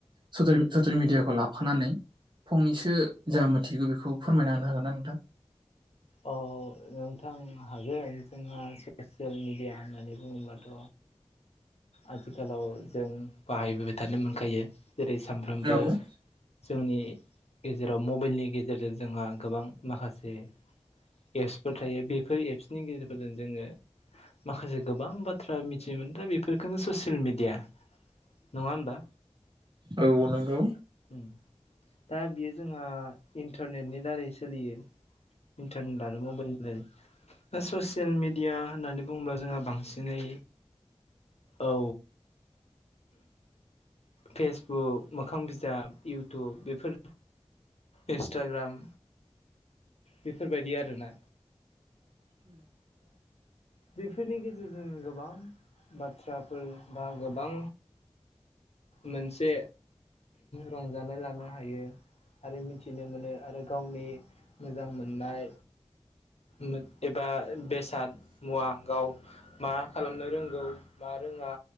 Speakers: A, on the right (about 45°); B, on the left (about 75°).
A: ससियेल मिडियाखौ लाफानानै फंनैसो जा मोनथिगौ बेखौ फोरमायनांनो हागोनना नोंथां।
B: औ नोंथां हागोन जोंहा ससियेल मिडिया होननानै रुमन मट' आथिखालाव जों बाहायबोबाय थानो मोनखायो जेरै सानफ्रोमबो
A: औ
B: जोंनि जेराव मबाइलनि गेजेरजों जोंहा गोबां माखासे एप्स फोर थायो बेफोर एप्सनि गेजेरफोरजों जोङो माखासे गोबां बाथ्रा मिथिनो मोनो दा बेफोरफोरखौनो ससियेल मेडिया नङा होमबा?
A: औ नोंगौ।
B: उम दा बियो जोंहा इन्टारनेटनि दारै सोलियो। इन्टारनेट आरो मबाइलनिफ्राय ससियेल मेडिया होननानै बुङोब्ला जोंहा बांसिनै औ फेसबुक मोखां बिज जाब इउटुब बेफोर इन्सटाग्राम बेफोरबायदि आरोना?
A: <inaudible>
B: बेफोरनि गेजेरजों गोबां बाथ्राफोर बा गोबां मोनसे रंजानाय लानो हायो आरो मिथिनो मोनो आरो गावनि मोजां मोननाय मो एबा बेसाद मुवा गाव मा खालामनो रोंगौ मा रोङा